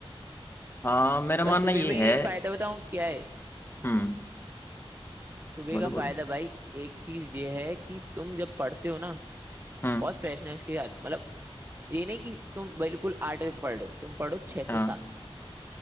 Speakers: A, on the left; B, on the right.
A: हाँ मेरा मानना
B: बस सुबह
A: ये
B: में एक
A: है
B: फायदा बताऊं क्या है
A: हम्म
B: सुबह
A: बोलो
B: का फायदा
A: बोलो
B: भाई एक चीज ये है कि तुम जब पढ़ते हो ना
A: हम्म
B: बहुत फ्रेशनेस के साथ मतलब ये नहीं कि तुम बिल्कुल आठ बजे पढ़ रहे हो तुम पढ़ो छह
A: हाँ
B: से सात